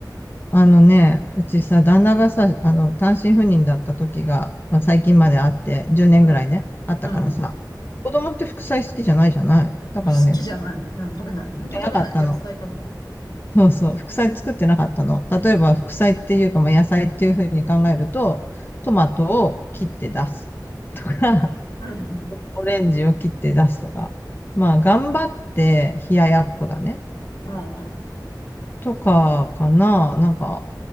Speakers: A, on the left; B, on the left.
A: あ、あのね、うちさ、旦那がさ、あの、単身赴任だった時が、まあ、最近まであって、10年ぐらいね、
B: うん、
A: あったからさ、
B: うん。
A: 子供って副菜好きじゃないじゃない。だからね、
B: 好きじゃない。
A: 振
B: うん、食べない。ほんと食べない。
A: ってなかったの。
B: 野菜食べない。
A: そうそう、副菜作ってなかったの。例えば、
B: うん、
A: 副菜っていうか、まあ、野菜っていうふうに考えると、トマトを切って出すとか、
B: うん、
A: <laughs> オレンジを切って出すとか、まあ、頑張って冷ややっこだね。
B: うん、うん。
A: とかかな。なんか、